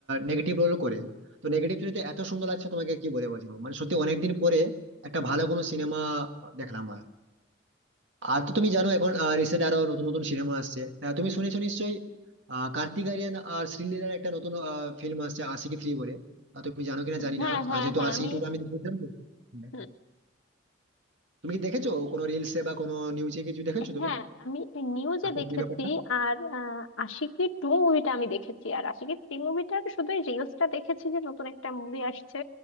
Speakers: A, on the right (about 65°); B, on the left (about 80°).
A: নেগেটিভ রোল করে তো নেগেটিভ চরিত্রে এত সুন্দর লাগছে তোমাকে কি বলে বোঝাবো মানে সত্যি অনেকদিন পরে একটা ভালো কোনো সিনেমা দেখলাম আর আর তো তুমি জানো এখন রিসেন্ট আরো নতুন নতুন সিনেমা আসছে আহ, তুমি শুনেছো নিশ্চয়ই আহ কার্তিক আরিয়ান আর শ্রীলীলার একটা নতুন ফিল্ম আসছে আশিকি থ্রি বলে আহ, তুমি জানো কিনা জানি
B: হ্যাঁ
A: না
B: হ্যাঁ
A: আর যেহেতু
B: হ্যাঁ
A: আশিকি
B: আমি
A: টু টা আমি দেখেছিলাম তো হ্যাঁ।
B: হুম,
A: তুমি কি দেখেছো কোনো রিলসে বা কোনো নিউজে কিছু দেখেছো তুমি
B: হ্যাঁ আমি নিউজে
A: হাতের
B: দেখেছি
A: যে ব্যাপারটা
B: আর আহ, আশিকি টু মুভিটা আমি দেখেছি আর আশিকি থ্রি মুভিটার শুধু এই রিলসটা দেখেছি যে নতুন একটা মুভি আসছে